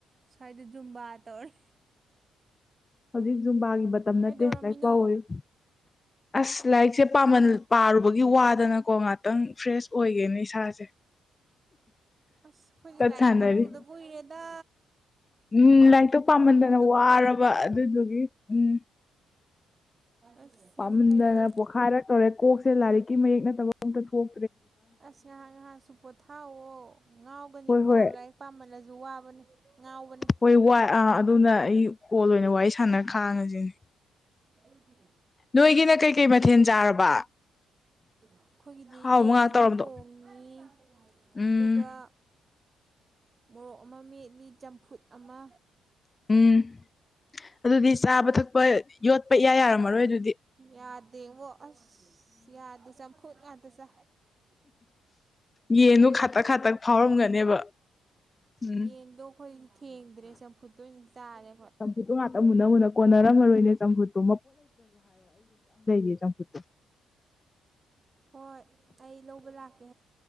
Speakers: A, on the right; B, on the left.
A: ꯁ꯭ꯋꯥꯏꯗ ꯖꯨꯝꯕꯥ ꯇꯧꯔꯦ
B: ꯍꯧꯖꯤꯛ ꯌꯖꯨꯝꯕꯥꯒꯤ ꯃꯇꯝ
A: ꯀꯩꯗꯧꯔꯝꯃꯤꯅꯣ
B: ꯅꯠꯇꯦ ꯂꯥꯏꯔꯤ ꯄꯥꯎ ꯑꯣꯏꯌꯨ ꯑꯁ ꯂꯥꯏꯔꯤꯛꯁꯦꯃ ꯄꯥꯔꯨꯕꯒꯤ ꯋꯥꯗꯅꯀꯣ ꯉꯥꯛꯇꯪ ꯐ꯭ꯔꯦꯁ ꯑꯣꯏꯒꯦꯅꯦ ꯏꯁꯥꯁꯦ
A: ꯑꯁ ꯑꯩꯈꯣꯏꯁ
B: ꯆꯠ
A: ꯂꯥꯏꯔꯤꯛꯀ
B: ꯁꯥꯟꯅꯔꯤ
A: ꯎꯗ ꯀꯨꯏꯔꯦꯗ
B: ꯎꯝ ꯂꯥꯏꯔꯤꯛꯇꯣ ꯄꯥꯝꯃꯟꯗꯅ
A: ꯎꯗꯕ
B: ꯋꯥꯔꯕ
A: ꯀꯨꯏꯔꯦ
B: ꯑꯗꯨꯗꯨꯒꯤ ꯎꯝ
A: ꯑꯁ
B: ꯄꯥꯝꯗꯅ
A: ꯌꯥꯝ ꯐꯩꯌꯦ
B: ꯄꯣꯛꯈꯥꯏꯔ ꯇꯧꯔꯦ ꯀꯣꯛꯁꯦ ꯂꯥꯏꯔꯤꯛꯀꯤ ꯃꯌꯦꯛ ꯅꯠꯇꯕ ꯑꯝꯇ ꯊꯣꯛ
A: ꯑꯁ ꯉꯥꯏꯍꯥꯛ ꯉꯥꯏꯍꯥꯛꯁꯨ ꯄꯣꯊꯥꯑꯣ ꯉꯥꯎꯒꯅꯤꯀꯣ
B: ꯍꯣꯏ ꯍꯣꯏ
A: ꯂꯥꯏꯔꯤꯛ ꯄꯥꯝꯃꯜꯂꯁꯨ ꯋꯥꯕꯅꯦ ꯉꯥꯎꯕꯅꯦ
B: ꯍꯣꯏ ꯋꯥ ꯑ ꯑꯗꯨꯅ ꯑꯩ ꯀꯣꯜ ꯑꯣꯏꯅ ꯋꯥꯔꯤ ꯁꯥꯟꯅꯔ ꯈꯥꯡꯉꯁꯤꯅꯦ
A: ꯑꯦꯨ ꯀꯗꯦ
B: ꯅꯣꯏꯒꯤꯅ ꯀꯩꯀꯩ ꯃꯊꯦꯜ ꯆꯥꯔꯕ
A: ꯑꯩꯈꯣꯏꯒꯤꯗꯤ
B: ꯍꯥꯎꯕ
A: ꯌꯦꯟ
B: ꯉꯥꯛ
A: ꯑꯃ
B: ꯇꯧꯔꯕꯗꯣ
A: ꯊꯣꯡꯉꯤ
B: ꯎꯝ
A: ꯑꯗꯨꯒ ꯃꯣꯔꯣꯛ ꯑꯃ ꯃꯦꯠꯂꯤ ꯆꯝꯐꯨꯠ ꯑꯃ
B: ꯎꯝ ꯑꯗꯨꯗꯤ ꯆꯥꯕ
A: ꯍ
B: ꯊꯛꯄ ꯌꯣꯠꯄ ꯏꯌꯥ ꯌꯥꯔꯝꯃꯔꯣꯏ ꯑꯗꯨꯗꯤ
A: ꯌꯥꯗꯦꯕꯣ ꯑꯁ ꯌꯥꯗꯦ ꯆꯝꯐꯨꯠ ꯉꯥꯛꯇꯁꯥ
B: ꯌꯦꯟꯗꯨꯣ ꯈꯥꯇꯛ ꯈꯥꯇꯛ ꯐꯥꯎꯔꯝꯒꯅꯦꯕ ꯎꯝ
A: ꯌꯦꯟꯗꯣ ꯑꯩꯈꯣꯏ ꯊꯦꯡꯗ꯭ꯔꯦ ꯆꯝꯐꯨꯠꯇꯣꯏ ꯑꯣꯏꯅ ꯇꯥꯔꯦ
B: ꯆꯝꯐꯨꯠꯇꯣ ꯉꯥꯛꯇ ꯃꯨꯟꯅ ꯃꯨꯟꯅ ꯀꯣꯟꯅꯔꯝꯃꯔꯣꯏꯅꯦ ꯆꯝꯐꯨꯠꯇꯣ ꯠꯇ
A: ꯍꯣꯏ ꯑꯩ ꯂꯧꯕ ꯂꯥꯀꯦ